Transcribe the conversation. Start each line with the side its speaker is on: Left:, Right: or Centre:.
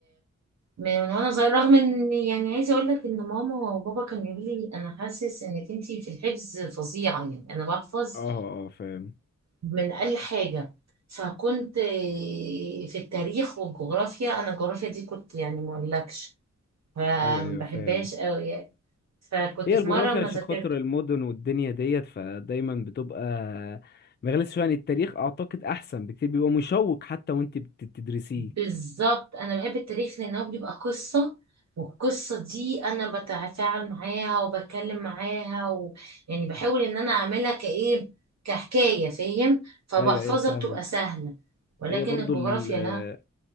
Right: من وانا صغير رغم ان يعني عايزه اقول لك ان ماما وبابا كانوا يقولوا لي انا حاسس انك انتي في الحفظ فظيعه يعني انا بحفظ
Left: اه اه فاهم
Right: من أقل حاجة فكنت في التاريخ والجغرافيا أنا الجغرافيا دي كنت يعني ما أقولكش فما
Left: ايوه ايوه
Right: بحبهاش
Left: فاهم
Right: قوي يعني فكنت
Left: هي
Right: في
Left: الجغرافيا
Right: مرة ما
Left: عشان
Right: ذاكرت
Left: خاطر المدن والدنيا ديت فدايما بتبقى مغالية شوية عن التاريخ أعتقد أحسن بكتير بيبقى مشوق حتى وأنت بت- بتدرسيه
Right: بالظبط أنا بحب التاريخ لأنه بيبقى قصة والقصة دي أنا بتفاعل معاها وبتكلم معاها و... يعني بحاول إن أنا أعملها كإيه كحكاية فاهم فبحفظها
Left: أيوه أيوه فاهمك
Right: بتبقى سهلة ولكن
Left: هي برضو
Right: الجغرافيا
Left: ال-
Right: لا